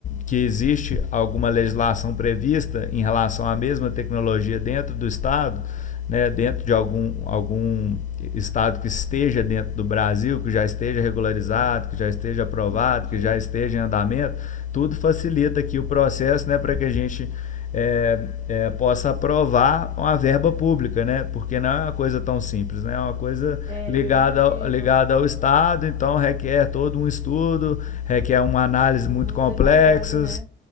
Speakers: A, on the left; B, on the right.
A: que existe alguma legislação prevista em relação à mesma tecnologia dentro do estado, né, dentro de algum, algum estado que esteja dentro do Brasil, que já esteja regularizado, que já esteja aprovado,
B: entendi.
A: que já esteja em andamento, tudo facilita aqui o processo né, para que a gente é, é, possa aprovar uma verba pública, né? porque não é uma coisa tão simples, né? é uma coisa
B: É,
A: ligada
B: eu imagino,
A: ao, ligada ao Estado, então requer todo um estudo, requer uma análise
B: tudo
A: muito
B: muito
A: complexa
B: detalhada, né?